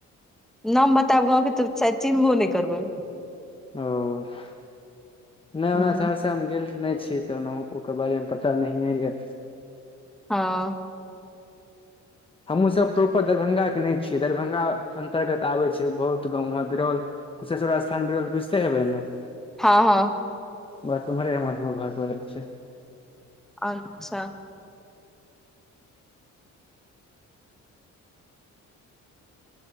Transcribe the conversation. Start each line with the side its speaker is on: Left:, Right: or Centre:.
Centre: नाम बताब गाँंवके तऽ शायद चिन्हबो नै करबै।
Left: ओफ नै
Centre: हूँ
Left: ओना <inaudible> तऽ हम गेल नै छी, तऽ ओना ककरो बारे में पता नहियऽ।
Centre: हँ।
Left: हमूँ सब प्रॉपर दरभंगा के नै छियै, दरभंगा अंतर्गत आबे छै बहुत गाँव ओमहर बिरौल। कुशेश्वर स्थान बिरोल बुझते हेबै ने।
Centre: हँ- हँ।
Left: बट ओम्हरे हमर घर पड़ै छै।
Centre: अच्छा।